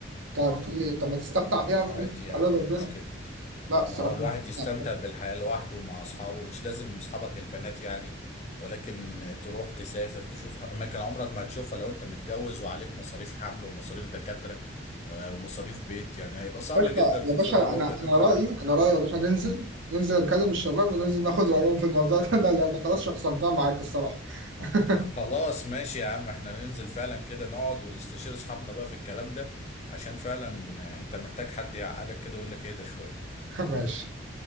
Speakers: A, on the right; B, on the left.
A: انت بتقول ايه طب ما تستمتع بيها
B: عادي يا
A: على
B: عم
A: ربنا
B: ايه المشكلة
A: لا الصراحه
B: ما هو الواحد
A: مش
B: يستمتع
A: لا، يا
B: بالحياة لوحده ومع أصحابه مش لازم أصحابك البنات يعني ولكن تروح تسافر تشوف أماكن عمرك ما هتشوفها لو أنت متجوز وعليك مصاريف حمل ومصاريف دكاترة آه، ومصاريف بيت يعني هيبقى صعب
A: باشا
B: جدا
A: يا
B: في
A: باشا
B: ظل الوضع
A: انا
B: اللي
A: انا
B: احنا
A: رايي
B: فيه
A: انا رايي يا باشا ننزل ننزل نكلم الشباب وننزل ناخد رايهم في الموضوع ده <laughs> لان خلاص شخصنتها معاك الصراحه <laughs>
B: خلاص ماشي يا عم احنا ننزل فعلا كده نقعد ونستشير أصحابنا بقى في الكلام ده عشان فعلا آه، أنت محتاج حد يعقلك كده ويقول لك اهدى شوية
A: ماشي